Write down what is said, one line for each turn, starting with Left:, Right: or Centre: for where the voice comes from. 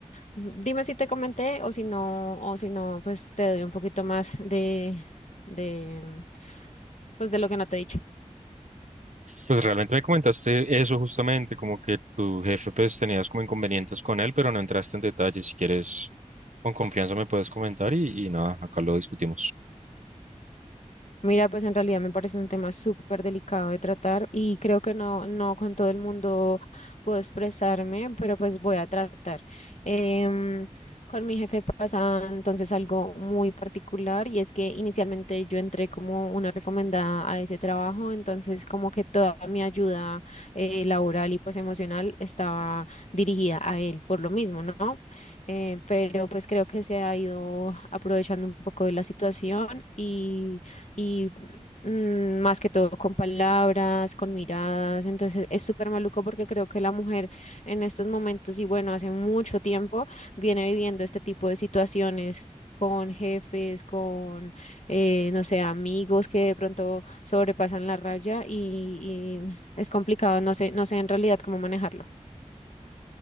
Left: Dime si te comenté o si no, o si no, pues te doy un poquito más de, de, pues de lo que no te he dicho.
Right: Pues realmente me comentaste eso justamente, como que tu jefe pues tenías como inconvenientes con él, pero no entraste en detalle. Si quieres, con confianza me puedes comentar y, y nada, acá lo discutimos.
Left: Mira, pues en realidad me parece un tema súper delicado de tratar y creo que no, no con todo el mundo puedo expresarme, pero pues voy a tratar. Em, con mi jefe pasa entonces algo muy particular y es que inicialmente yo entré como una recomendada a ese trabajo, entonces como que toda mi ayuda eh, laboral y pues emocional estaba dirigida a él por lo mismo, ¿no? Eh, pero pues creo que se ha ido aprovechando un poco de la situación y y mm, más que todo con palabras, con miradas. Entonces es súper maluco porque creo que la mujer en estos momentos y bueno, hace mucho tiempo viene viviendo este tipo de situaciones. con jefes, con, eh, no sé, amigos que de pronto sobrepasan la raya y, y es complicado, no sé, no sé en realidad cómo manejarlo.